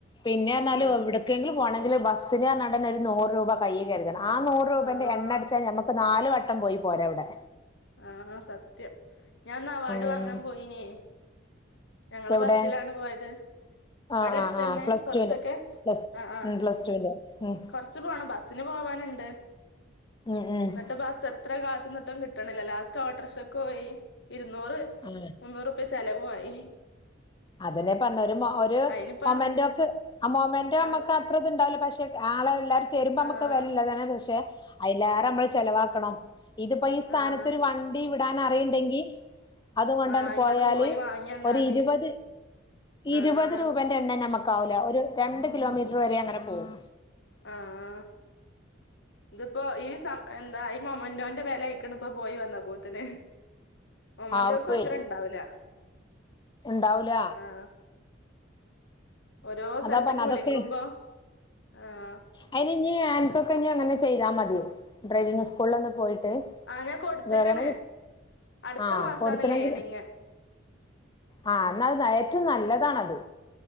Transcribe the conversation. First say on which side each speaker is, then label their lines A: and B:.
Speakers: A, on the left; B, on the left.
A: പിന്നെറ്ഞ്ഞാല്
B: ആഹ്
A: ഇവ്ടെ. കേങ്കിൽ പോണങ്കിൽ ബസ്സ്നാർഞാണ്ട് ന്നെ ഒരു നൂറ് രൂപ കയ്യി കരുതണം ആഹ് നൂറ് രൂപേന്റെ
B: ആഹ്
A: എണ്ണ അട ച്ച ഞമ്മക്ക് നാല് വട്ടം പോയി പോരാ അവ്ടെ.
B: ആഹ് സത്യം ഞാൻ ന്ന് അവാർഡ്
A: ഉം
B: വാങ്ങാൻ പോയിനി. ഞങ്ങള്
A: എവിടെ
B: ബസ്സിലാണ് പോയത്. ഇവിടെ
A: ആഹ്
B: അടുത്തന്നെ
A: ആഹ് ആഹ് പ്ലസ്
B: കെറ്ച്ചൊക്കെ
A: ടുവിന്റെ പ്ലസ്
B: ആഹ് ആഹ്
A: ഉം പ്ലസ് ടുവിന്റെ ഉം
B: കൊറ ച്ച് പോണം ബസ്സ്ന് പോവാന്ണ്ട്
A: ഉം ഉം
B: എന്നിട്ട് ബസ്സ് എത്ര കാത്ത്ന്നിട്ടും കി ട്ട്ണില്ല ലാസ്റ്റ് ഓട്ടോറിക്ഷക്ക് പോയി ഇരുന്നൂറ്.
A: ആഹ്.
B: മുന്നൂറുപ്യ ചെലവു ആയി.
A: അതെന്നെ പറ്ഞ്ഞെ ഒരു ഒരു
B: അയിനിപ്പ
A: മൊമെന്റോക്കെ ആഹ് മൊമെന്റോ നമ്മുക്ക്
B: ആഹ്
A: അത്ര. ണ്ടാവുല പക്ഷേ ആളെ എല്ലാരും തരുമ്പോ നമ്മക്ക്
B: ആഹ്
A: വെലല്ലതാന്നെ പക്ഷേ. അയ്ലേറെ നമ്മള് ചെലവാക്കണം ഇതിപ്പോ ഈ സ്ഥാനത്തരു
B: ആഹ്
A: വണ്ടി വിടാൻ അറിയ്ണ്ടെങ്കി. അതു കൊണ്ടാണ്ട്
B: ആഹ് അയിമണ്ട്
A: പോയാല്
B: പോയി വാങ്ങിയന്നാ
A: ഒരു
B: മതി
A: ഇരുപത്. ഇരുപത്
B: ആഹ്
A: രൂപന്റെ എണ്ണ നമ്മക്കാവൂല ഒരു രണ്ട് കിലോമീറ്റർ വരെ അങ്ങനെ പോകും.
B: ആഹ് ആഹ് ഇതിപ്പോ ഈ സമ എന്താ ഈ മൊമ്മന്റോന്റെ വെലായിക്ക്ണ ഇപ്പോ പോയി വന്ന പോത്തിന്. മൊമ്മന്റോക്കും
A: ആകുവേ
B: അത്ര ഇണ്ടാവൂല
A: ഉണ്ടാവൂല
B: ആഹ്. ഓരോ
A: അതാ
B: സല്ത്ത്ക്ക്
A: പറഞ്ഞ അതൊക്കെ
B: വിളിക്കുമ്പം ആഹ്.
A: അയിന് ഇഞ് അന്ക്കൊക്കെ ഞ് അങ്ങനെ ചെയ്താ മതി ഡ്രൈവിങ്ങ് സ്കൂളിലൊന്ന് പോയിട്ട്.
B: ആഹ് ഞാൻ കൊട്ത്ത്ക്ക്ണ്
A: വേറെ
B: അട്ത്ത
A: ആ
B: മാസാണ്
A: കൊടുത്തണെങ്കില്
B: ലേണിങ്ങ്.
A: ആഹ് ന്നാൽ ഏറ്റവും നല്ലതാണത്